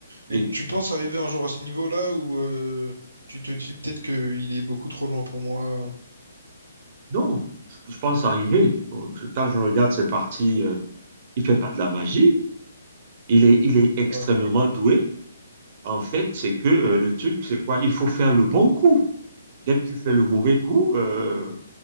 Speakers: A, on the right (about 40°); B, on the right (about 85°).
A: Il
B: Et
A: est
B: tu penses arriver un jour à ce niveau-là où euh, tu te dis peut-être qu'il est beaucoup trop loin pour moi.
A: Non, je pense arriver. Faut- je- Quand je regarde ses parties, euh, il fait pas de la magie. Il est, il est extrêmement
B: Ouais.
A: doué. En fait, c'est que euh, le truc, c'est quoi? Il faut faire le bon coup. Dès que tu fais le mauvais coup, euh,